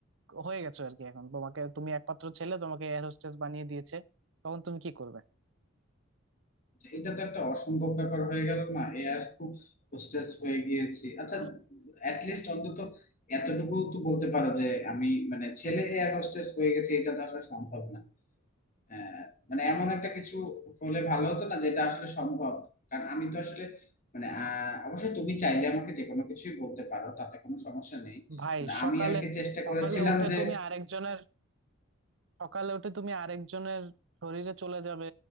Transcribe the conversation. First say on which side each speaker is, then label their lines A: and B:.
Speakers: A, on the right; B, on the left.
A: হয়ে গেছো আর কি এখন তোমাকে তুমি একমাত্র ছেলে তোমাকে এয়ার হোস্টেস বানিয়ে দিয়েছে তখন তুমি কি করবে
B: এটা তো একটা অসম্ভব ব্যাপার হয়ে গেল না এ আর খুব হোস্টেস হয়ে গিয়েছি আচ্ছা
A: আহ,
B: অ্যাটলিস্ট অন্তত এতটুকু তো বলতে পারো যে আমি মানে ছেলে এয়ার হোস্টেস হয়ে গেছে এটা তো আসলে সম্ভব না আহ, মানে এমন একটা কিছু হলে ভালো হতো না যেটা আসলে সম্ভব কারণ আমি তো আসলে মানে আহ, অবশ্য তুমি চাইলে আমাকে যে কোনো কিছুই বলতে পারো তাতে কোনো সমস্যা নেই
A: ভাই
B: কিন্তু
A: সকালে
B: আমি আর কি চেষ্টা
A: সকালে
B: করেছিলাম
A: উঠে
B: যে
A: তুমি আরেকজনের সকালে উঠে তুমি আরেকজনের শরীরে চলে যাবে